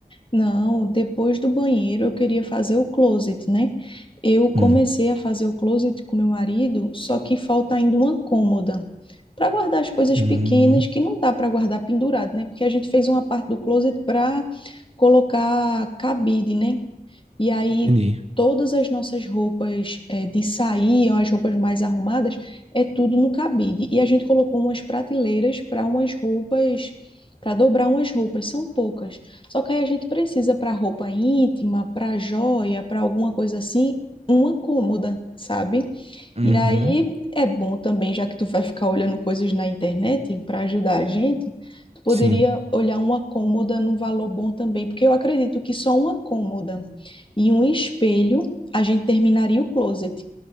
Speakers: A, on the left; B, on the right.
A: Não, depois do banheiro eu queria fazer o closet, né? Eu comecei
B: Hum.
A: a fazer o closet com meu marido, só que falta ainda uma cômoda para guardar as coisas
B: Hum,
A: pequenas que não dá para guardar pendurado, né? Porque a gente fez uma parte do closet para colocar cabide, né? E aí
B: entendi.
A: todas as nossas roupas eh, de sair, as roupas mais arrumadas, é tudo no cabide. E a gente colocou umas prateleiras para umas roupas, para dobrar umas roupas, são poucas. Só que aí a gente precisa para roupa íntima, para joia, para alguma coisa assim, uma cômoda, sabe?
B: Uhum,
A: E aí é bom também, já que tu vai ficar olhando coisas na internet para ajudar a gente, tu poderia
B: sim.
A: olhar uma cômoda num valor bom também, porque eu acredito que só uma cômoda e um espelho, a gente terminaria o closet,